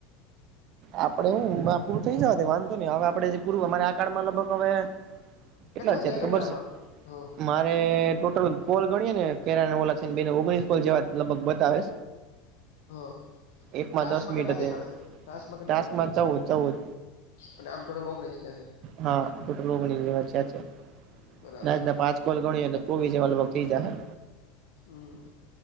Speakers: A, on the right; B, on the left.
A: આપડે હું મા પૂરું થઈ જવા દે વાંધો નઈ હવે આપડે જે પૂરવ મારે આ કાડમાં લગભગ અવે કેટલા
B: થયા
A: ચે ત ખબર
B: આમાં
A: સે
B: હા
A: મારે ટોટલ કોલ ગણીએ ને કેરા ને ઓલા છે ને બે ને ઓગણીસ કોલ જેવા લગભગ બતાવે
B: હ
A: એકમાં
B: ટાશમાં
A: દસ મિનિટ
B: કેટલા
A: હતી
B: દેખાડે છે? ટાસ માં કેટલા
A: ટાસ્કમાં
B: દેખાડે
A: ચૌદ ચૌદ
B: અને આમ ટોટલ ઓગણીસ થયા છે
A: હા ટોટલ ઓગણીસ જેવા થયા છે
B: બરાબર
A: આજના
B: છે
A: પાંચ કોલ ગણીએ એટલે ચોવીસ જેવા લગભગ થઈ જાહે
B: હું